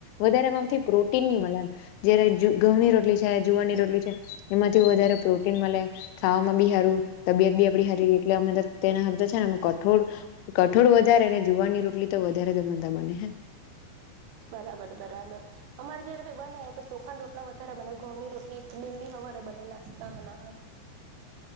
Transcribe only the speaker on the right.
બરાબર બરાબર. અમારે ઘરે ભી બને તો ચોખા ના રોટલા વધારે બને, ઘઉં ની રોટલી એ લી હવારે બને નાસ્તા મના હાર